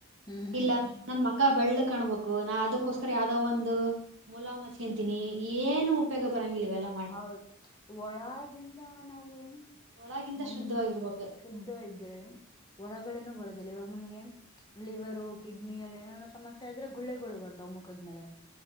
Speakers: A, on the left (about 20°); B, on the right (about 60°).
A: ಹ್ಮ್ ಹ್ಮ್
B: ಇಲ್ಲ ನನ್ ಮಕ ಬೆಳ್ಳಗ ಕಾಣಬೇಕು ನಾ ಅದಕ್ಕೋಸ್ಕರ ಯಾವ್ದಾವ ಒಂದು ಮುಲಾಮತ್ಕಂತೀನಿ ಏನು ಉಪಯೋಗ ಬರಂಗಿಲ್ಲಿವವಲ್ಲ
A: ಹೌದು ಒಳಾಗಿಂದ ನಾವು
B: ಒಳಗಿಂದ
A: ನಮ್ಮ್
B: ಶುದ್ಧವಾಗಿರ್ಬೇಕು
A: ಶುದ್ಧ ಇದ್ರೆ ಹೊರಗಡೆನೂ
B: ಹ್ಮ್
A: ಬರದಿಲ್ಲ ಇವಾಗ ನಮ್ಗೆ ಲಿವರು ಕಿಡ್ನಿ ಅಲ್ಲಿ ಏನೇನೋ ಸಮಸ್ಯೆ ಇದ್ರೆ ಗುಳ್ಳೆಗಳು ಬರ್ತಾವ ಮುಖದ ಮೇಲೆ